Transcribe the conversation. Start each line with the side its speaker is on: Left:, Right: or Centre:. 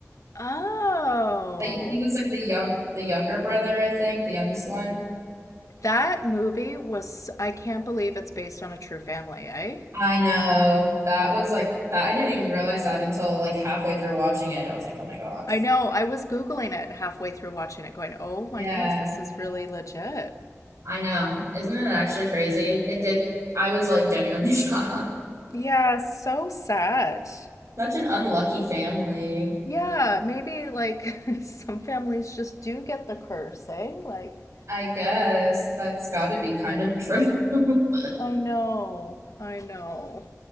Left: Oh.
Right: The, he was like the young, the younger brother, I think, the youngest one.
Left: That movie was, I can't believe it's based on a true family, eh?
Right: I know. That was like that. I didn't even realize that until like halfway through watching it. I was like, oh my gosh.
Left: I know. I was Googling it halfway through watching it, going, oh my
Right: Yeah,
Left: goodness, this is really legit.
Right: I know. Isn't it actually crazy? It did. I was like genuinely <laughs> shocked.
Left: Yeah, so sad.
Right: Such an unlucky family.
Left: Yeah, maybe like <laughs> some families just do get the curse, eh? Like,
Right: I guess that's got to be kind of true. <laughs>
Left: I know, I know.